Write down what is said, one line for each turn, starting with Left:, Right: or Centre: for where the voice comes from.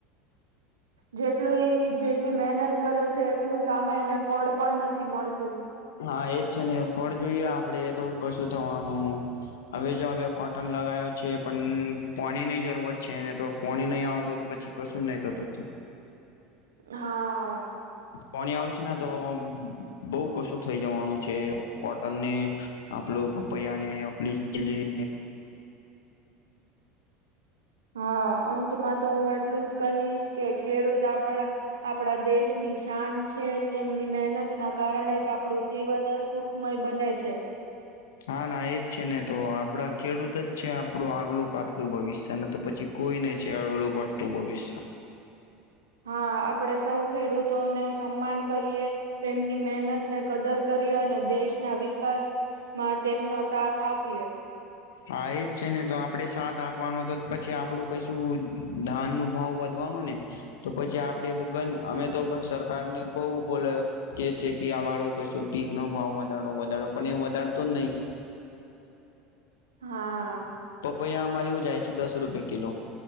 Left: <inaudible>
Right: જેટલું જેટલી મહેનત કરે છે એટલું સામે એને ફળ પણ નથી મળતું
Left: હા એજ છે ને ફળ જોઈએ આપડે તો કશું થવાનું હવે જો હવે કોટન લગાવયો છે પણ પાણીની જરૂરત છે ને તો પોણી નહીં આવતો પછી કશું નહી થતો
Right: હા
Left: પાણી આવશે ને તો બઉ કશું થઈ જવાનું છે કોટનને આપલો પપૈયા ને આપડીને
Right: હા અંતમાં તો હું એટલું જ કહીશ કે ખેડૂત આપણા આપણા દેશની શાન છે તેમની મહેનત ના કારણે જ આપણું જીવન સુખ ખમય બને છે
Left: હા ના એજ છે ને તો આપડા ખેડૂત જ છે આપડું આગલું પાછલું ભવિષ્ય તો પછી કોઈ નહી છે આગળું પાત્રું ભવિષ્ય
Right: હા આપડે સૌ ખેડૂતોને સન્માન કરીએ તેમની મહેનત ને કદર કરી અને દેશના વિકાસ માં તેમનો સાથ આપીએે
Left: હા એ જ છે ને તો આપડે સાથ આપવાનો તો પછી આપડું કઈશું ધાન નું ભાવ વધ <unintelligible> તો પછી આપડે અમે તો સરકાર ને બહું બોલે કે છે કે અમારો કશું પીક નો ભાવ વધારો વધારો પણ એ વધારતો જ નહી
Right: હા
Left: પપૈયા અમારી ઉ જાય છે દસ રૂપિયે કિલો